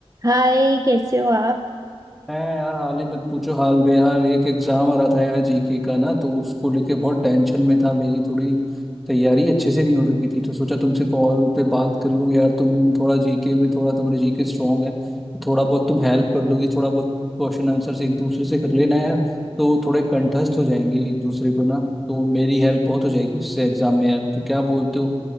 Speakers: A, on the right; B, in the centre.
A: हाय कैसे हो आप
B: है यार हाल ही मत पूछो हाल बेहाल एक एग्जाम आ रहा था यार जीके का ना तो उसको लेके बहुत टेंशन में था मेरी थोड़ी तैयारी अच्छे से नहीं हो रखी थी तो सोचा तुमसे कॉल पे बात कर लूं यार तुम थोड़ा जीके में थोड़ा तुम्हारे जीके स्ट्रांग है तो थोड़ा बहुत तुम हेल्प कर लोगी थोड़ा बहुत क्वेश्चन आंसर एक दूसरे से कर लेना यार तो थोड़े कंठस्थ हो जाएंगे एक दूसरे को ना तो मेरी हेल्प बहुत हो जाएगी उससे एग्जाम में यार तो क्या बोलते हो